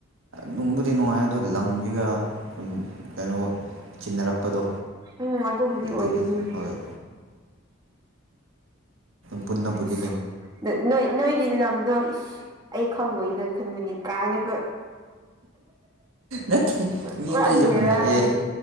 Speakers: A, on the right; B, on the right.
A: ꯅꯨꯡꯕꯨꯗꯤ ꯅꯨꯡꯉꯥꯏ ꯑꯗꯨ ꯂꯝꯕꯤꯒ ꯀꯩꯅꯣ ꯆꯤꯟꯅꯔꯛꯄꯗꯣ
B: ꯎꯝ ꯑꯗꯨꯕꯨꯗꯤ
A: ꯑꯗꯨꯒꯤ
B: ꯑꯣꯏꯒꯅꯤꯅꯦ
A: ꯍꯣꯏ ꯄꯨꯟꯅꯅ ꯄꯨꯖꯤ
B: ꯑꯁ ꯅꯣꯏ ꯅꯣꯏꯒꯤ ꯂꯝꯗꯣ ꯑꯩ ꯈꯪꯉꯣꯏꯅ ꯈꯟꯕꯅꯤ ꯀꯥꯏꯅ
A: ꯅꯠꯇꯦ ꯃꯤ
B: ꯄꯨꯔꯥ
A: ꯑꯇꯩꯁꯨ
B: ꯕꯦꯔꯥꯅꯤ
A: ꯍꯪꯉꯛ ꯑꯦ